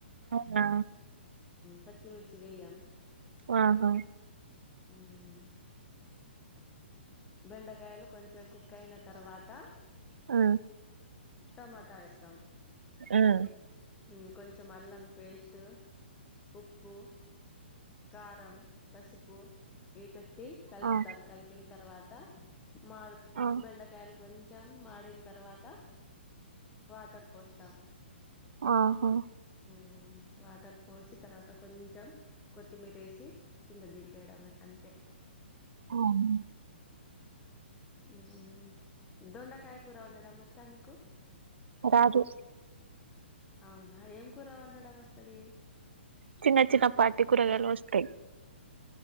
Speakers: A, on the right; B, on the left.
A: అవునా
B: పచ్చిమిర్చి వేయ్యం
A: ఆహా
B: ఉం బెండకాయలు కొంచెం కుక్ అయిన తర్వాత
A: ఆ
B: టమాటాలు వేస్తాం
A: ఉం
B: ఉం కొంచెం అల్లం పేస్ట్ ఉప్పు కారం పసుపు ఇవి పెట్టి ట్టి కలుపుతాం
A: ఆ
B: కలిపిన తర్వాత మాడు
A: ఆ
B: బెండకాయలు కొంచెం మాడిన తర్వాత వాటర్ పోస్తాం
A: ఆహా
B: ఉం వాటర్ పోసి తర్వాత కొంచెం కొత్తిమీర వేసి కింద దింపేయడమే అంతే
A: అవును
B: ఉం దొండకాయ కూర వండడం వచ్చా మీకు
A: రాదు
B: అవునా ఏం కూర వండడం వస్తది
A: చిన్న చిన్న పాటి కూరగాయలు వస్తాయి